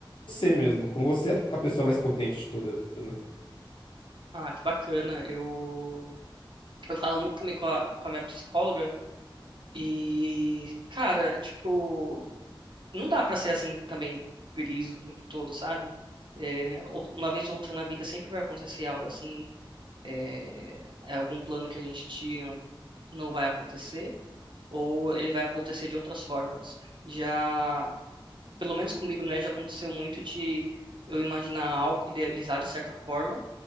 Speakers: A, on the left (about 65°); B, on the right (about 65°).
A: você mesmo, como você é a pessoa mais potente de todas, né?
B: ah, que bacana. Eu, eu falo muito também com a, com a minha psicóloga. E, cara, tipo. não dá pra ser assim também feliz o tempo todo, sabe? É, ou- uma vez ou outra na vida sempre vai acontecer algo assim, é, é algum plano que a gente tinha não vai acontecer, ou ele vai acontecer de outras formas. Já, pelo menos comigo, né, já aconteceu muito de eu imaginar algo, idealizar de certa forma,